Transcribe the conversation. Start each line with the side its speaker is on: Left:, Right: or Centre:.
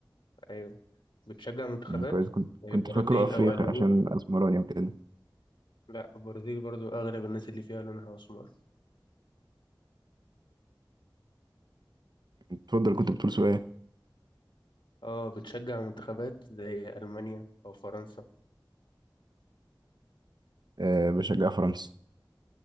Left: أيوة بتشجع منتخبات
Right: مم، كويس كنت
Left: زي
Right: كنت
Left: البرازيل
Right: فاكره افريقي
Left: أو ألمانيا
Right: عشان اسمراني وكده
Left: لا البرازيل برضو أغلب الناس اللي فيها لونها أسمر
Right: اتفضل كنت بتقول سؤال
Left: اه بتشجع منتخبات زي ألمانيا أو فرنسا
Right: أه بشجع فرنسا